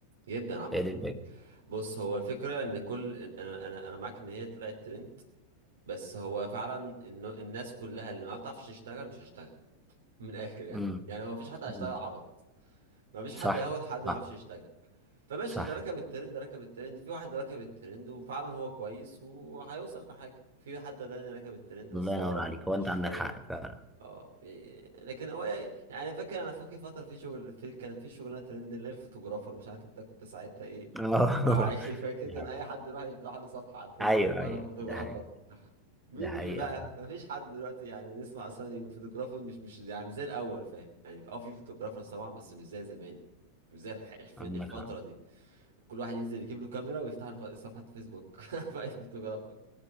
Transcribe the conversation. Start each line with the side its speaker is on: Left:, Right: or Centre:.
Right: جدا عامة
Centre: هي دي الفكره
Right: بص هو الفكرة ان كل انا انا انا معاك ان هي طلعت ترند بس هو فعلا إن الناس كلها اللي ما بتعرفش تشتغل مش هشتغل <laughs> من الاخر يعني
Centre: امم
Right: يعني ما فيش حد هيشتغل
Centre: أمم.
Right: عبط ما فيش
Centre: صح
Right: حد هياخد حد ما
Centre: صح
Right: يعرفش يشتغل فماشي
Centre: صح
Right: اللي ركب الترند ركب الترند في واحد ركب الترند وفعلا هو كويس وهيوصل لحاجة في حد تاني ركب الترند بس
Centre: الله
Right: هو
Centre: ينور عليك هو
Right: مش
Centre: انت عندك
Right: شايف
Centre: حق فعلا
Right: اه في لكن هو يعني فاكر انا فاكر فتره في شغل في كان في شغلانه ترند اللي هي الفوتوغرافر مش عارف انت كنت ساعتها ايه
Centre: <laughs>
Right: واعي <laughs> فاكر كان
Centre: آه.
Right: اي حد يروح يفتح له صفحه على الفيسبوك
Centre: ايوه
Right: وانا
Centre: ايوه
Right: فوتوغرافر
Centre: ده حقيقة
Right: مين
Centre: ده حقيقة
Right: اللي بقى
Centre: فعلا
Right: مفيش حد دلوقتي يعني نسمع اصلا إن الفوتوغرافر مش مش يعني مش زي الاول فاهم يعني اه في فوتوغرافر طبعا بس مش زي زمان مش زي الح- الف-
Centre: عندك
Right: الفتره
Centre: حق
Right: دي كل واحد ينزل يجيب له كاميرا ويفتح له ف- صفحه فيسبوك <laughs> بقى فوتوغرافر